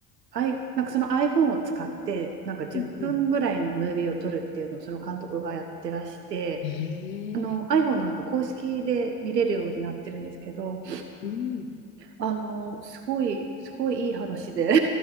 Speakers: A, on the right; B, on the left.
A: あい、なんかその iPhone を使って、なんか10分ぐらいのムービーを撮るっていうのをその監督がやってらして、
B: うん、うん。ええ
A: あの iPhone のなんか公式で見れるようになってるんですけど、
B: うん。
A: あのすごい、すごいいい話で